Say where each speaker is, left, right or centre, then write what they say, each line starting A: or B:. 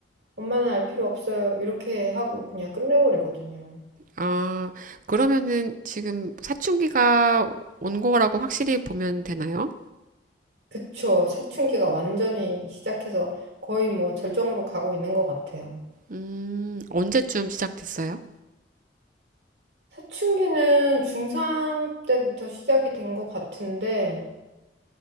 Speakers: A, on the right (about 85°); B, on the right (about 45°).
A: 엄마는 알 필요 없어요. 이렇게 하고 그냥 끝내버리거든요.
B: 아, 그러면은 지금 사춘기가 온 거라고 확실히 보면 되나요?
A: 그쵸. 사춘기가 완전히 시작해서 거의 뭐 절정으로 가고 있는 것 같아요.
B: 음, 언제쯤 시작됐어요?
A: 사춘기는 중3 때부터 시작이 된 것 같은데